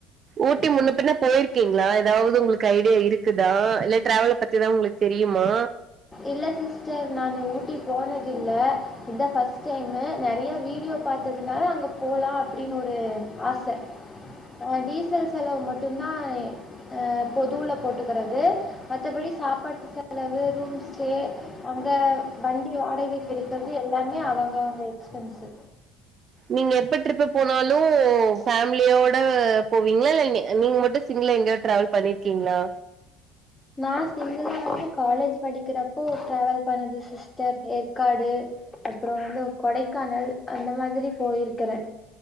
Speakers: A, on the right; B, on the left.
A: ஊட்டி முன்ன பின்ன போயிருக்கீங்ளா ஏதாவது உங்ளுக்கு ஐடியா இருக்குதா இல்ல டிராவல பத்திதா உங்களுக்கு தெரியுமா
B: இல்ல சிஸ்டர் நானு ஊட்டி போனதில்ல இதா ஃபர்ஸ்ட் டைமு நேறைய வீடியோ பாத்ததுனால அங்க போலா அப்டின்னு ஒரு ஆச அ டீசல் செலவு மட்டு தா அ பொதுல போட்டுக்கறது மத்தபடி சாப்பாடு செலவு ரூம்ஸ் ஸு அந்த வண்டி வாடகைக்கு எடுக்கறது எல்லாமே அவங்க அவங்க எக்ஸ்பென்ஸு
A: நீங்க எப்ப ட்ரிப் போனாலு ஃபேமிலியோட போவீங்ளா இல்ல நீங்க மட்டு சிங்குளா எங்க ட்ராவல் பண்ணிருக்கீங்ளா
B: நா சிங்கிளாவந்து காலேஜ் படிக்கிறப்போ ட்ராவல் பண்ணது சிஸ்டர் ஏற்காடு அப்றோ வந்து கொடைக்கானல் அந்த மாதிரி போயிருக்கறே